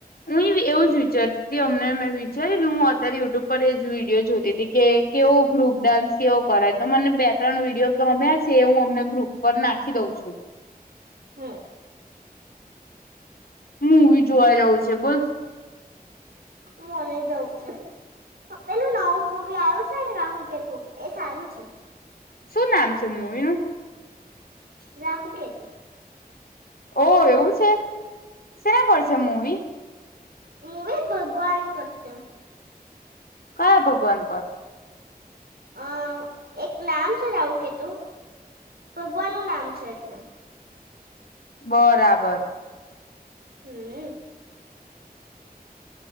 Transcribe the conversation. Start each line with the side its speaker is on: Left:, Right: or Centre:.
Left: હું એવું જ વિચારતી હતી અમને મે વિચારી હું અત્યારે યુટ્યુબ પર એ જ વિડીયો જોતી હતી કે કેવો ગ્રુપ ડાન્સ કેવો કરાય તો મને બે ત્રણ વિડીયો ગમ્યા છે એ હું અમને ગ્રુપ પર નાખી દઉં છું.
Right: હમ્મ.
Left: મવી જોવા રહ્યો છે બોસ
Right: મને જઉ છે. પેલું નવું પૂરવી આવ્યું છે ને શું કે તું એ સારું છે.
Left: શું નામ છે મવી નું?
Right: રાહું કેત
Left: ઓ એવું છે શેના પર છે મવી
Right: મુવી ભગવાન પર છે.
Left: કયા ભગવાન પર
Right: અ એક નામ છે રાહું કેતું ભગવાન ન નામ છે એટલે
Left: બરાબર.
Right: હમ્મ.